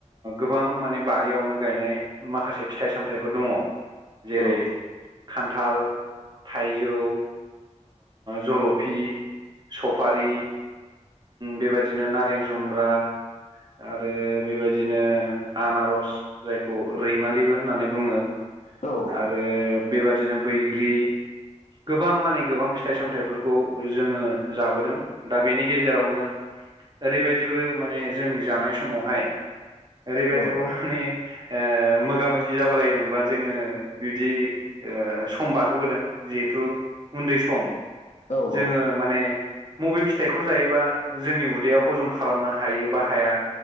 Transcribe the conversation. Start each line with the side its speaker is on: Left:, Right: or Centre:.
Right: गोबां माने बारियावनो गायनाय माखासे फिथाइ सामथाइफोर दङ जेरै
Left: औ
Right: खान्थाल थाइजौ जल'फि सफारि बेबायदिनो नारें जुम्ब्रा आरो बेबायदिनो आनारस जायखौ रैमालिबो होननानै बुङो
Left: औ
Right: आरो बेबादिनो बैग्रि गोबां माने गोबां फिथाइ सामथाइफोरखौ जोङो जाबोदों दा बेनि गेजेरावनो ओरैबायदिबो माने जों जानाय समावहाय ओरैबायदिबा
Left: औ
Right: माने ओ मोगा मोगि जाबालायदोंबा जोङो बिदि ओ सम बारहोबोदों जिहेथु उन्दै सम
Left: औ
Right: जोङो
Left: औ
Right: माने मबे फिथाइखौ जायोबा जोंनि उदैयाव हजम खालामनो हायो बा हाया